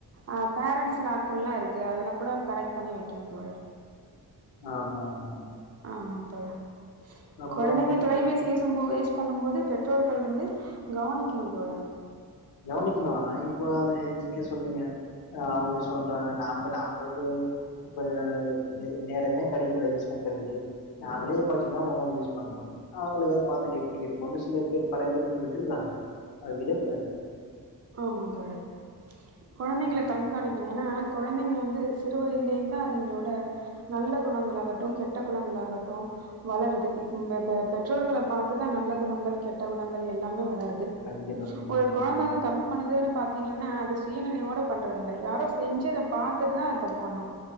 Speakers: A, on the right; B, on the left.
A: அ பேரண்ட்ஸ் லாக்கல்லா இருக்கு அதெல்லா கூட கரெக்ட் பண்ணி வெக்கணு தோழர்
B: ஆமாமா
A: ஆமா தோழர்
B: அப்புறம்
A: கொழந்தைங்க
B: பாத்தீங்கன்னா
A: தொலை பேசி யூசும்போ யூஸ் பண்ணு போது பெற்றோர்கள் வந்து கவனிக்கணு தோழர்
B: கவனிக்கணு ஆனா இப்ப நீங்களே சொல்லுங்க ஆ அவங்க யூஸ் பண்றாங்க நாம நம்மளுக்கு இப்ப நே நேரமே கெடைக்கல யூஸ் பண்றதுக்கு நாமளே எப்பாச்சு தா யூஸ் பண்றோ அவங்களுக்கு அது பாத்துட்டு எப்படி இருக்குன்ட்டு சில பேர் பல பேர் வந்து விட்டுறாங்க அத விடக்கூடாது
A: ஆமா தோழர் கொழந்தைங்கள
B: ம்,
A: கண்காணிக்கணு ஏனா கொழந்தைங்க வந்து சிறு வயத்திலிருந்தே அதுங்களோட நல்ல குணங்களாகட்டு கெட்ட குணங்களாகட்டு வளருது ம் ப்பே பெற்றோர்கள பாத்துதா நல்ல குணங்கள் கெட்ட குணங்கள் எல்லாமே வளருது
B: கண்டிப்பா கண்டிப்பா
A: ஒரு கொழந்த
B: ஆமா ஆமா
A: வந்து தப் புணு பாத்தீங்கன்னா அது சுயநினைவோட பண்றது இல்ல யாரோ செஞ்சது பாத்துட்டுதா அது தப்புபண்ணு